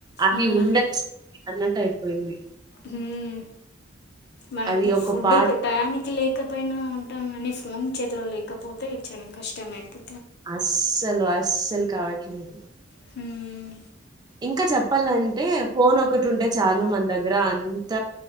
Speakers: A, on the right (about 20°); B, on the left (about 55°).
A: అది
B: మ్మ్.
A: ఉండచ్చు అన్నట్టు అయిపోయింది
B: మ్ మనకి
A: అది ఒక
B: ఫుడ్
A: పార్ట్
B: కు టయానికి లే కపోయినా ఉంటాం కానీ ఫోన్ చెతిలో లేకపోతే చానా కష్టం అయిపో
A: అస్సలు అస్సలు కావట్లేదు
B: హు మ్
A: ఇంకా చెప్పాలంటే ఫోన్ ఒకటి ఉంటే చాలు మన దగ్గర అంత